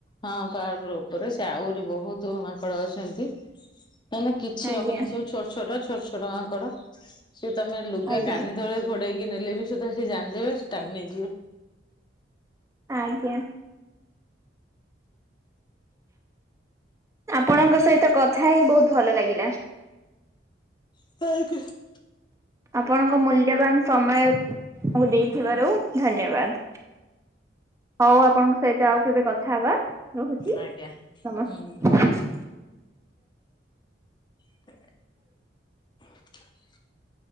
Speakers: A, on the left; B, on the right.
A: ହଁ ପାହାଡ଼ର ଉପରେ ସେଆହୁରି ବହୁତ୍ ମାଙ୍କଡ଼ ଅଛନ୍ତି ମାନେ କିଛି
B: ଆଜ୍ଞା
A: ରଖେନା ସବୁ ଛୋଟ ଛୋଟ ଛୋଟ ଛୋଟ ମାଙ୍କଡ଼ ସେତ ଆମେ ଲୁଗା
B: ଆଜ୍ଞା।
A: କାନି ତେବେଳେ ଗୋଡ଼େଇକି ନେଲେବି ସୁଦ୍ଧା ସେ ଜାଣିଦେବେ ଟାଣି ନେଇଯିବେ।
B: ଆଜ୍ଞା। ଆପଣଙ୍କ ସହିତ କଥା ହେଇ ବହୁତ୍ ଭଲ ଲାଗିଲା।
A: <unintelligible>
B: ଆପଣଙ୍କ ମୂଲ୍ୟବାନ ସମୟକୁ ଦେଇଥିବାରୁ ଧନ୍ୟବାଦ। ହଉ ଆପଣଙ୍କ ସହିତ ଆଉ କେବେ କଥା ହେବା। ରହୁଛି
A: ଆଜ୍ଞା
B: ନମସ୍କାର।
A: ହୁଁ। <inaudible>